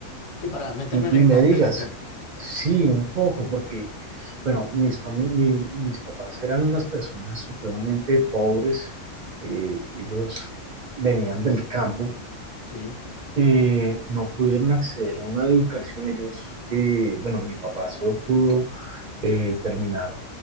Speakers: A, on the left (about 35°); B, on the right (about 45°).
A: Sí, para meterme
B: y,
A: en el
B: y me
A: contexto.
B: digas, sí, un poco, porque, bueno, mis, fami- mi- mis papás eran unas personas supremamente pobres, eh, ellos venían del campo,
A: Sí,
B: eh, no pudieron acceder a una educación, ellos, eh, bueno, mi papá solo pudo eh, terminar